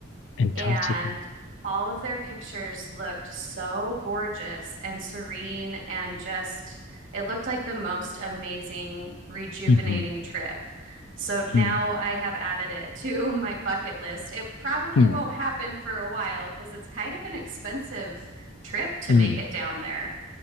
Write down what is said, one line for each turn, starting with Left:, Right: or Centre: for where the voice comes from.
Left: Antarctica.
Right: and all of their pictures looked so gorgeous and serene and just it looked like the most amazing rejuvenating
Left: Mm-hmm.
Right: trip. So now
Left: mm
Right: I have added it to <laughs> my bucket list. It probably
Left: mm
Right: won't happen for a while because it's kind of an expensive trip to
Left: mm
Right: make it down there.